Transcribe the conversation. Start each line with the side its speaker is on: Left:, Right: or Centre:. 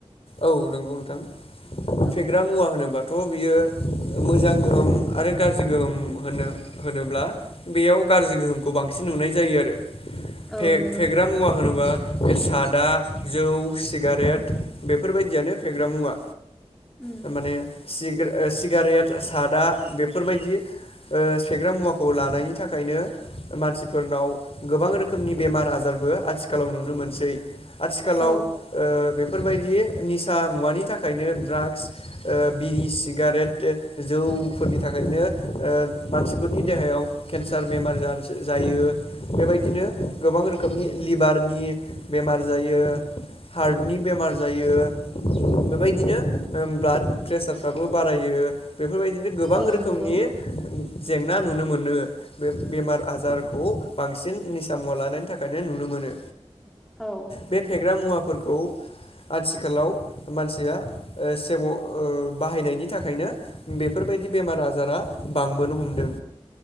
Left: औ नंगौ नोंथां
Centre: औ
Left: फेग्रा मुवा होनोबा थ' बियो मोजां गोहोम आरो गाज्रि गोहोम होनो होनोब्ला बेयाव गाज्रि गोहोमखौ बांसिन नुनाय जायो आरो
Centre: औ
Left: फे-फेग्रा
Centre: नंगौ
Left: मुवा होनोबा बे सादा जौ सिगारेट बेफोरबायदियानो फेग्रा मुवा
Centre: उम
Left: थारमाने सिग्रे ओ सिगारेट सादा बेफोरबायदि ओ फेग्रा मुवाखौ लानायनि थाखायनो मानसिफोरनाव गोबां रोखोमनि बेमार आजार बो आथिखालाव नुनो मोनसै आथिखालाव
Centre: औ
Left: ओ बे फोरबायदि निसा मुवानि थाखायनो ड्राग्स ओ बिरि सिगारेट जौ फोरनि थाखायनो मानसिफोरनि देहायाव केन्सार बेमार जायो बे बेदिनो गोबां रोखोमनि लिभारनि बेमार जायो हार्टनि बेमार जायो बेबायदिनो ब्लाड प्रेसारफ्राबो बारायो बेफोरबायदिनो गोबां
Centre: औ
Left: रोखोमनि
Centre: नंगौ
Left: जेंना नुनो मोनो बे बेमार आजारखौ बांसिन निसा मुवा लाना नि थाखायनो नुनो मोनो
Centre: औ
Left: बे फेग्रा मुवाफोरखौ आथिखालाव मानसिया सेम' ओ बाहायनायनि थाखायनो बे बेफोरबायदि बेमार आजारा बांबोनो हमदों